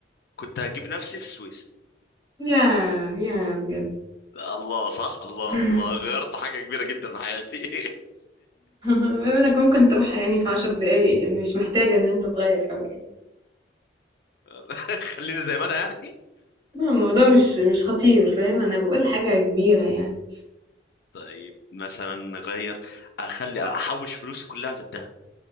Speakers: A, on the left; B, on the right.
A: كنت هجيب نفسي في السويس
B: ياه! ياه بجد!
A: الله صح الله
B: <laughs>
A: الله غيرت حاجة كبيرة جدا في حياتي
B: بما إنك ممكن تروحها يعني في 10 دقايق، يعني مش محتاجة إن أنت تغيّر أوي يعني.
A: <laughs> خلينا زي ما انا يعني
B: لا، الموضوع مش مش خطير فاهم انا بقول حاجة كبيرة يعني
A: طيب مثلا غير اخلي احوش فلوسي كلها في الذهب